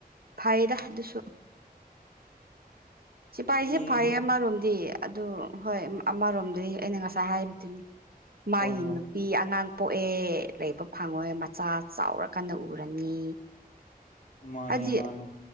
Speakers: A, on the right; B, on the left.
A: ꯐꯥꯏꯗ ꯗꯨꯁꯨ ꯁꯤꯐꯥꯏꯁꯤ
B: ꯌꯦꯡꯉꯦ
A: ꯐꯩꯌꯦ ꯑꯃꯔꯣꯝꯗꯤ ꯑꯗꯨ ꯍꯣꯏ ꯑꯃꯔꯣꯝꯗꯗꯤ ꯑꯩꯅ ꯉꯁꯥꯏ ꯍꯥꯏꯕꯗꯨꯅꯤ ꯃꯥꯒꯤ
B: ꯍꯣꯏ ꯍꯣꯏ
A: ꯅꯨꯄꯤ ꯑꯉꯥꯡ ꯄꯣꯛꯑꯦ ꯂꯩꯕ ꯐꯪꯉꯣꯏ ꯃꯆꯥ ꯆꯥꯎꯔ ꯀꯟꯅ ꯎꯔꯅꯤ
B: ꯃꯥꯅꯦ
A: ꯍꯥꯏꯗꯤ
B: ꯃꯥꯅꯦ